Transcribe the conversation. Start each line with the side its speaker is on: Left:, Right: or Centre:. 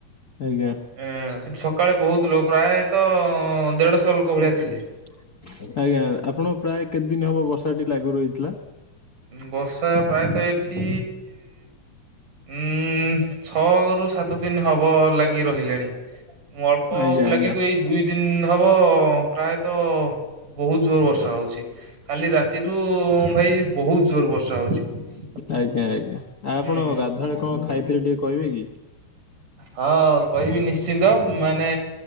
Left: ଆଜ୍ଞା।
Right: ଏ କିନ୍ତୁ ସକାଳେ ବହୁତ ଲୋକ ପ୍ରାୟତଃ ଦେଢଶହ ଲୋକ ଭଳିଆ
Left: ଆଜ୍ଞା,
Right: ଥିଲେ।
Left: ଆପଣ ପ୍ରାୟ କେତେ ଦିନ ହବ ବର୍ଷାଟି ଲାଗୁ ରହିଥିଲା?
Right: ବର୍ଷା ପ୍ରାୟତଃ ଏଠି ଉ ଉଁ ଛଅ ରୁ ସାତ ଦିନ ହବ ଲାଗି ରହିଲେଣି, ଅଳ୍ପ
Left: ଆଜ୍ଞା
Right: ହଉଥିଲା
Left: ଆଜ୍ଞା।
Right: କିନ୍ତୁ ଏଇ ଦୁଇ ଦିନ ହବ ପ୍ରାୟ ତ ବହୁତ ଜୋର ବର୍ଷା ହଉଛି, କାଲି ରାତିଠୁ ଭାଇ ବହୁତ ଜୋର ବର୍ଷା ହଉଛି।
Left: ଆଜ୍ଞା ଆଜ୍ଞା। ଆପଣ
Right: ହୁଁ
Left: ଗାଧୁଆ ବେଳେ କଣ ଖାଇଥିଲେ, ଟିକେ କହିବେ କି?
Right: ହଁ କହିବି ନିଶ୍ଚିନ୍ତ, ମାନେ